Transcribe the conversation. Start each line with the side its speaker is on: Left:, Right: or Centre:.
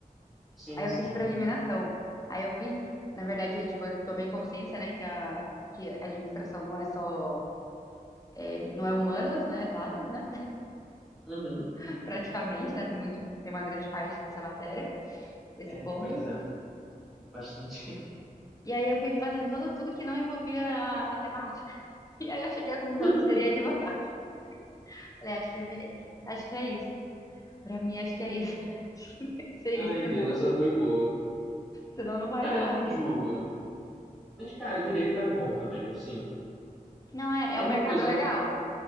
Centre: sim,
Left: Aí eu
Centre: sim.
Left: fiz por eliminação. Aí eu vi, na verdade, tipo, eu tomei consciência, né, que a, que a administração não é só, é, não é humanas, né, exatas, né,
Centre: Uhum.
Left: <laughs> praticamente, né, tem muito, tem uma grande parte dessa matéria, desse
Centre: É,
Left: ponto.
Centre: pois é, bastante.
Left: E aí eu fui fazendo todo, tudo que não envolvia a matemática. <laughs> E aí eu cheguei à conclusão
Centre: <laughs>
Left: que seria advogada. <laughs> Falei, acho que é, me- acho que é isso. Pra mim, acho que é isso. <laughs> Não Tem que ser isso,
Centre: Ai, Deus,
Left: não.
Centre: essa foi boa.
Left: Senão não vai
Centre: É,
Left: dar.
Centre: não julgo. Mas, cara, direito é bom também, assim.
Left: Não, é,
Centre: É
Left: é um
Centre: uma
Left: mercado
Centre: coisa.
Left: legal.